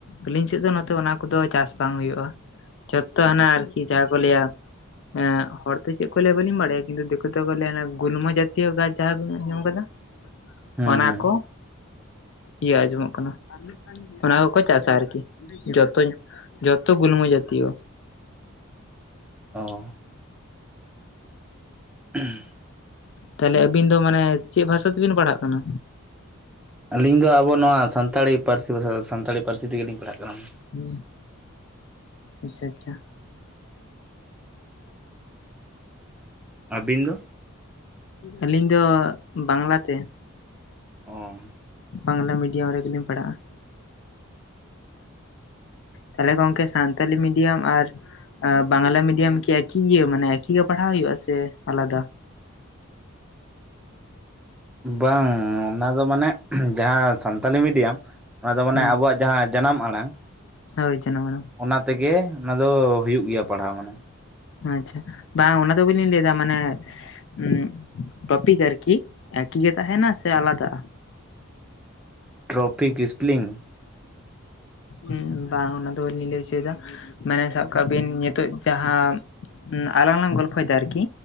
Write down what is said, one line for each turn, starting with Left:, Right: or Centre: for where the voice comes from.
Left: ᱟᱹᱞᱤᱧ ᱥᱮᱜ ᱫᱚ ᱱᱚᱛᱮ ᱚᱱᱟ ᱠᱚᱫᱚ ᱪᱟᱥ ᱵᱟᱝ ᱦᱩᱭᱩᱜᱼᱟ᱾ ᱡᱚᱛᱚ ᱦᱟᱱᱟ ᱟᱨᱠᱤ ᱡᱟᱦᱟᱸ ᱠᱚ ᱞᱟᱹᱭᱟ ᱮᱸ ᱦᱚᱲ ᱫᱚ ᱪᱮᱜ ᱠᱚ ᱞᱟᱹᱭᱟ ᱵᱟᱹᱞᱤᱧ ᱵᱟᱲᱟᱭᱟ ᱠᱤᱱᱛᱩ ᱫᱤᱠᱩ ᱛᱮᱠᱚ ᱞᱟᱹᱭᱟ ᱦᱟᱱᱟ ᱜᱩᱱᱢᱟ ᱡᱟᱛᱤᱭ ᱜᱟᱪ ᱡᱟᱦᱟᱸ ᱵᱮᱱ ᱟᱸᱡᱚᱢ ᱠᱟᱫᱟ ᱠᱟᱫᱟ᱾
Centre: ᱦᱩᱸ
Left: ᱚᱱᱟ
Centre: ᱦᱩᱸ
Left: ᱠᱚ ᱤᱭᱟᱹ ᱟᱸᱡᱚᱢᱚᱜ ᱠᱟᱱᱟ᱾ ᱚᱱᱟ ᱠᱚᱠᱚ ᱪᱟᱥᱟ ᱟᱨᱠᱤ ᱡᱚᱛᱚᱧ ᱡᱚᱛᱚ ᱜᱩᱞᱢᱚ ᱡᱟᱹᱛᱤᱭᱚ᱾
Centre: ᱚ <inaudible>
Left: ᱛᱟᱦᱞᱮ ᱟᱹᱵᱤᱱ ᱫᱚ ᱢᱟᱱᱮ ᱪᱮᱜ ᱵᱷᱟᱥᱟ ᱛᱮᱵᱤᱱ ᱯᱟᱲᱦᱟᱜ ᱠᱟᱱᱟ?
Centre: ᱟᱹᱞᱤᱧ ᱫᱚ ᱟᱵᱚ ᱱᱚᱣᱟ ᱥᱟᱱᱛᱟᱲᱤ ᱯᱟᱹᱨᱥᱤ ᱵᱷᱟᱥᱟ ᱥᱟᱱᱛᱟᱲᱤ ᱯᱟᱹᱨᱥᱤ ᱛᱮᱜᱮᱞᱤᱧ ᱯᱟᱲᱦᱟᱜ ᱠᱟᱱᱟ᱾
Left: ᱦᱩᱸ ᱟᱪᱪᱷᱟ ᱟᱪᱪᱷᱟ᱾
Centre: ᱟᱹᱵᱤᱱ ᱫᱚ?
Left: ᱟᱹᱞᱤᱧ ᱫᱚ ᱵᱟᱝᱞᱟᱛᱮ᱾
Centre: ᱚ
Left: ᱵᱟᱝᱞᱟ ᱢᱤᱰᱤᱭᱟᱢ ᱨᱮᱜᱮᱞᱤᱧ ᱯᱟᱲᱦᱟᱜᱼᱟ᱾ ᱛᱟᱦᱞᱮ ᱜᱚᱝᱠᱮ ᱥᱟᱱᱛᱟᱞᱤ ᱢᱤᱰᱤᱭᱟᱢ ᱟᱨ ᱮᱸ ᱵᱟᱝᱞᱟ ᱢᱤᱰᱤᱭᱟᱢ ᱠᱤ ᱮᱠᱤ ᱜᱮ ᱢᱟᱱᱮ ᱮᱠᱤ ᱜᱮ ᱯᱟᱲᱦᱟᱣ ᱦᱩᱭᱩᱜᱭᱼᱟ ᱥᱮ ᱟᱞᱟᱫᱟ?
Centre: ᱵᱟᱝ ᱚᱱᱟ ᱫᱚ ᱢᱟᱱᱮ ᱡᱟᱦᱟᱸ ᱥᱟᱱᱛᱟᱞᱤ ᱢᱤᱰᱤᱭᱟᱢ ᱚᱱᱟ ᱫᱚ ᱢᱟᱱᱮ
Left: ᱦᱩᱸ
Centre: ᱟᱵᱚᱣᱟᱜ ᱡᱟᱦᱟᱸ ᱡᱟᱱᱟᱢ ᱟᱲᱟᱝ
Left: ᱦᱳᱭ ᱡᱟᱱᱟᱢ ᱟᱲᱟᱝ᱾
Centre: ᱚᱱᱟ ᱛᱮᱜᱮ ᱚᱱᱟ ᱫᱚ ᱦᱩᱭᱩᱜ ᱜᱮᱭᱟ ᱯᱟᱲᱦᱟᱣ ᱢᱟᱱᱮ᱾
Left: ᱟᱪᱪᱷᱟ, ᱵᱟᱝ ᱚᱱᱟ ᱫᱚ ᱵᱞᱤᱧ ᱞᱟᱹᱭᱫᱟ ᱢᱟᱱᱮ ᱩᱸ ᱴᱚᱯᱤᱠ ᱟᱨᱠᱤ ᱮᱠᱤ ᱜᱮ ᱛᱟᱦᱮᱱᱟ ᱥᱮ ᱟᱞᱟᱫᱟᱜᱼᱟ?
Centre: ᱴᱨᱚᱯᱷᱤᱠ ᱥᱯᱞᱤᱝ?
Left: ᱦᱩᱸ ᱵᱟᱝ ᱚᱱᱟ ᱫᱚ ᱵᱟᱹᱞᱤᱧ ᱞᱟᱹᱭ ᱦᱚᱪᱚᱭᱫᱟ ᱢᱟᱱᱮ ᱥᱟᱵ ᱠᱟᱜ ᱵᱤᱱ ᱧᱤᱛᱚᱜ ᱡᱟᱦᱟᱸ ᱩᱸ ᱟᱞᱟᱝ ᱞᱟᱝ ᱜᱚᱞᱯᱷᱚᱭᱫᱟ ᱟᱨᱠᱤ